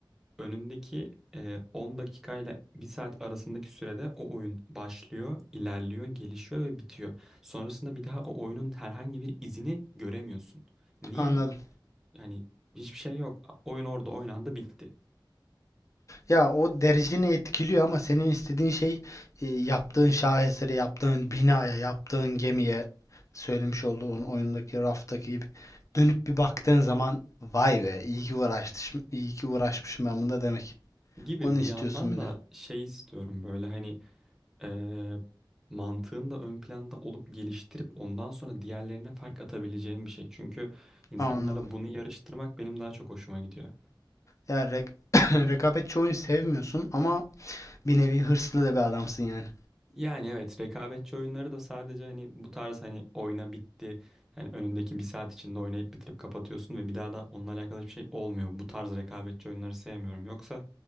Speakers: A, in the centre; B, on the left.
A: önündeki e, 10 dakikayla bir saat arasındaki sürede o oyun başlıyor, ilerliyor, gelişiyor ve bitiyor. Sonrasında bir daha o oyunun herhangi bir izini göremiyorsun. Niye?
B: Anladım.
A: Yani hiçbir şey yok. Oyun orada oynandı, bitti.
B: Ya o dereceni etkiliyor ama senin istediğin şey e, yaptığın şaheseri, yaptığın binaya, yaptığın gemiye söylemiş olduğun oyundaki raftaki gibi dönüp bir baktığın zaman vay be iyi ki uğraşmışım, iyi ki uğraşmışım ben bunda demek.
A: Gibi
B: Onu
A: bir
B: istiyorsun
A: yandan
B: beni.
A: da şey istiyorum böyle hani e, mantığın da ön planda olup geliştirip ondan sonra diğerlerine fark atabileceğim bir şey. Çünkü insanlarla
B: Anladım.
A: bunu yarıştırmak benim daha çok hoşuma gidiyor.
B: Yani rek <coughs> rekabetçi oyun sevmiyorsun ama bir nevi hırslı da bir adamsın yani.
A: Yani evet rekabetçi oyunları da sadece hani bu tarz hani oyna bitti. Hani önündeki bir saat içinde oynayıp bitirip kapatıyorsun ve bir daha da onunla alakalı hiçbir şey olmuyor. Bu tarz rekabetçi oyunları sevmiyorum. Yoksa